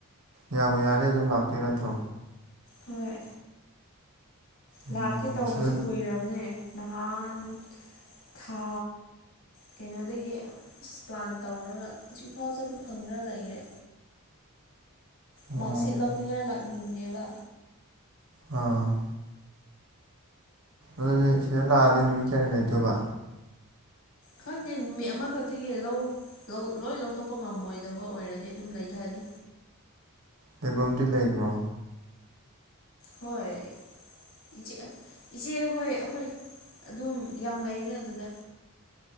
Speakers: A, on the right; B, on the left.
A: ꯌꯥꯝꯕ ꯌꯥꯔꯦ ꯑꯗꯨꯝ ꯂꯥꯛꯇꯣꯏ ꯅꯠꯇ꯭ꯔꯣ
B: ꯍꯣꯏ
A: ꯎꯝ
B: ꯂꯥꯛꯀꯦ ꯇꯧꯕꯁꯦ
A: ꯁꯤꯗ
B: ꯀꯨꯏꯔꯕꯅꯦ ꯅꯍꯥꯟ ꯊꯥ ꯀꯩꯅꯣꯗꯒꯤ ꯑꯁ ꯄ꯭ꯂꯥꯟ ꯇꯧꯔꯒ ꯍꯧꯖꯤꯛ ꯐꯥꯎ ꯆꯠꯄ ꯐꯪꯗꯅ ꯂꯩꯔꯦ
A: ꯑꯣ
B: ꯃꯥꯔꯛꯁꯤꯠ ꯂꯧꯅꯤꯡꯉꯥꯏ ꯂꯥꯛꯅꯤꯡꯅꯦꯕ
A: ꯑꯝ ꯑꯗꯨꯗꯤ ꯁꯤꯗ ꯂꯥꯛꯑꯗꯤ ꯅꯨꯃꯤꯠ ꯀꯌꯥꯅꯤ ꯂꯩꯗꯣꯏꯕ
B: ꯈꯪꯗꯦ ꯅꯨꯃꯤꯠ ꯑꯃꯈꯛꯇꯒꯤ ꯂꯧ ꯂꯣꯏ ꯂꯧꯊꯣꯛꯄ ꯉꯝꯃꯣꯏꯗꯕ ꯑꯣꯏꯔꯗꯤ ꯑꯗꯨꯝ ꯂꯩꯊꯅꯤ
A: ꯂꯩꯐꯝꯗꯤ ꯂꯩꯕ꯭ꯔꯣ
B: ꯍꯣꯏ ꯏꯆꯦ ꯏꯆꯦ ꯍꯣꯏ ꯑꯩꯈꯣꯏ ꯑꯗꯨꯝ ꯌꯥꯝ ꯂꯩꯗ ꯑꯗꯨꯗ